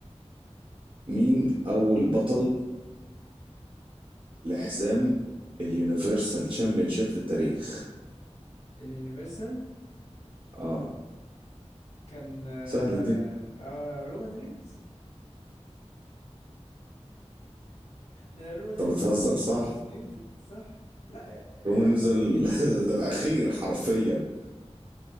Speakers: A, on the right; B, on the left.
A: مين أول بطل لحزام اليونيفرسال تشامبيونشيب في التاريخ
B: اليونيفرسال
A: اه
B: كان آه
A: سهلة دي
B: آه رومان رينز ده رومان رينز
A: انت بتهزر
B: ده
A: صح؟
B: الاندسبيوتد صح لا
A: رومان
B: الاندسبيوتد
A: رينز ال-
B: يونيفرسال
A: <laughs> ده الأخير حرفيا